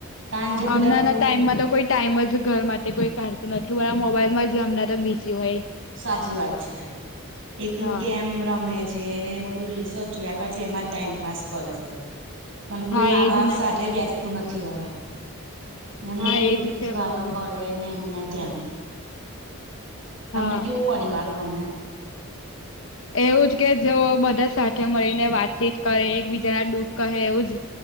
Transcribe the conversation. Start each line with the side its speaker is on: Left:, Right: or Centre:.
Right: કારણ કે બધા
Left: હમણાના
Right: ખુબ
Left: ટાઈમમાં તો કોઈ ટાઈમ જ ઘર માટે કોઈ કાઢ તું નથી બધા મોબાઈલમાં જો એમનાં તો બીઝી હોય.
Right: સાચી વાત છે એકલું
Left: હા
Right: ગેમ રમે. છે એને બધું રીલ્સો જ જોયા કરે છે એમાં ટાઈમપાસ કરે છે. પણ કોઈ
Left: હા
Right: મા
Left: એજ
Right: બાપ
Left: ને
Right: સાથે બેસતું નથી હવે. એમને
Left: હા
Right: દૂરથી
Left: એજ છે
Right: જ વાતો
Left: પ્રોબ્લેમ
Right: કરેને એમને તેમ. તમને
Left: હા
Right: કેવું પરિવાર ગમે?
Left: એવું જ કે જો બધા સાથે મળીને વાતચીત કરે એકબીજાના દુઃખ કહે એવું જ